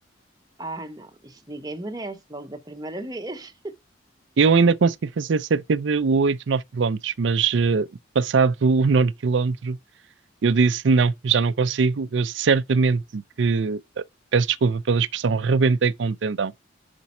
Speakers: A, on the right; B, on the right.
A: Ah, não, isso ninguém merece, logo da primeira <laughs> vez.
B: Eu ainda consegui fazer cerca de 8, 9 quilómetros, mas uh, passado o nono quilómetro, eu disse não, já não consigo. Eu certamente que, eh, peço desculpa pela expressão, rebentei com o tendão.